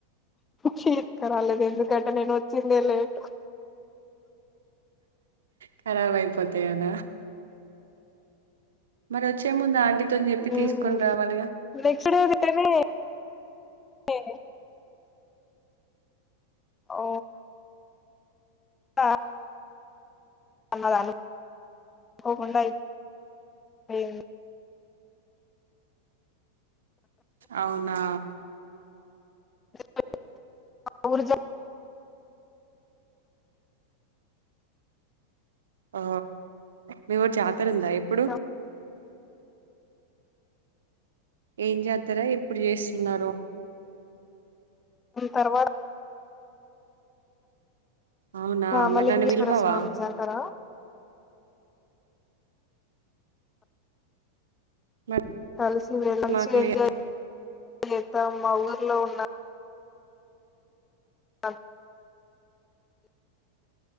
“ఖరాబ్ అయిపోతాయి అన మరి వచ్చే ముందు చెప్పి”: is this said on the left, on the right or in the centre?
Right